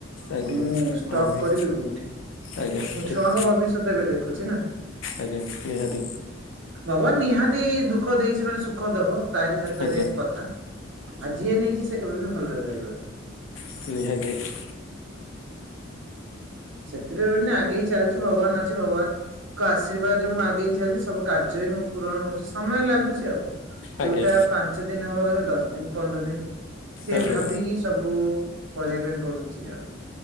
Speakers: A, on the left; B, on the right.
A: ଆଜ୍ଞା
B: ମୁଁ ଷ୍ଟକ୍
A: ଓହୋ
B: କରିବି କଉଠି,
A: ଆଜ୍ଞା
B: ମୁଁ
A: ଠିକ
B: ଛୁଆଙ୍କ ଭବିଷ୍ୟତ ଏବେ ଦେଖୁଚି ନା
A: ଆଜ୍ଞା, ନିହାତି।
B: ଭଗବାନ ନିହାତି ଦୁଃଖ ଦେଇଚି ମାନେ, ସୁଖ ଦବ ତା'ରି ହାତରେ
A: ଆଜ୍ଞା
B: କଥା। ଆ ଯିଏ ନେଇଚି, ସେ କେବେ ବି ଭଲରେ ରହିବନି।
A: <inaudible>
B: ସେଥିରେ ବିନା ଆଗେଇ ଚାଲ୍ଚି, ଭଗବାନ୍‌ ଅଛି। ଭଗବାନ୍‌ ଙ୍କ ଆଶୀର୍ବାଦ୍‌ ରେ ମୁଁ ଆଗେଇ ଚାଲି, ସବୁ କାର୍ଯ୍ୟ ବି ପୂରଣ ହଉଚି ସମୟ ଲାଗୁଚି ଆଉ।
A: ଆଜ୍ଞା
B: ଯଉଟା ପାଞ୍ଚ ଦିନ୍‌ ହବା କଥା ଦଶ୍ ଦିନ୍‌ ପନ୍ଦର୍ ଦିନ୍‌ ଏ
A: ଆଜ୍ଞା
B: ଭାବିକି ସବୁ। କରିବା ପାଇଁ ପଡୁଚି ଆ।